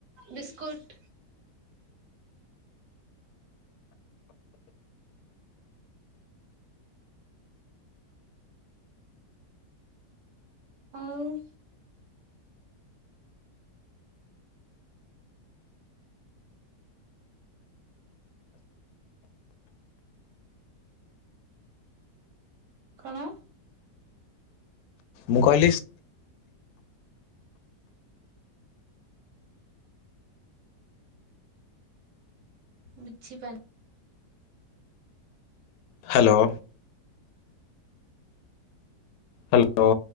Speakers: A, on the right; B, on the left.
A: ବିସ୍କୁଟ୍ ଆଉ କଣ
B: ମୁଁ କହିଲି
A: ବୁଝିପାରୁ
B: ହ୍ୟାଲୋ। ହ୍ୟାଲୋ।